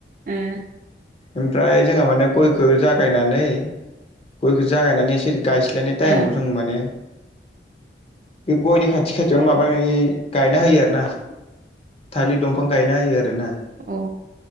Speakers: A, on the right; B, on the left.
A: उम
B: ओमफ्राय जोंहा माने गयखौ जा जागायनानै गयखौ जागायनानै एसे गायस्लायनाय टाइमाव
A: ओ
B: जों माने बे गयनि खाथि खाथिआवनो माबा ओइ गायना होयो आरो ना थालिथ दंफां गायना होयो आरोना
A: ओ